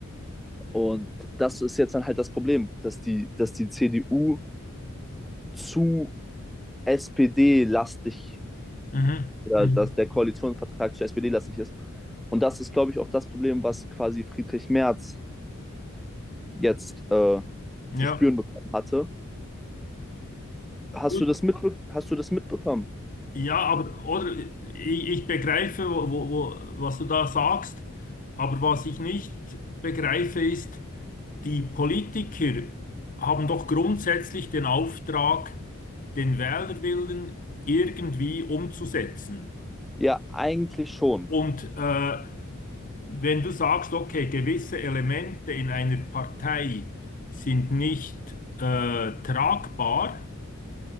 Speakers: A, in the centre; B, on the left.
A: Und das ist jetzt dann halt das Problem, dass die, dass die CDU zu SPD-lastig
B: Mhm.
A: oder
B: Mhm.
A: dass der Koalitionsvertrag zu SPD-lastig ist. Und das ist, glaube ich, auch das Problem, was quasi Friedrich Merz jetzt äh,
B: Ja.
A: zu spüren bekommen hatte. Hast
B: Gut.
A: du, das mitbe hast du das mitbekommen?
B: Ja, aber oder ich, ich begreife, wo, wo, wo, was du da sagst, aber was ich nicht begreife ist, Die Politiker haben doch grundsätzlich den Auftrag, den Wählerwillen irgendwie umzusetzen.
A: Ja, eigentlich schon.
B: Und äh, wenn du sagst, okay, gewisse Elemente in einer Partei sind nicht äh, tragbar,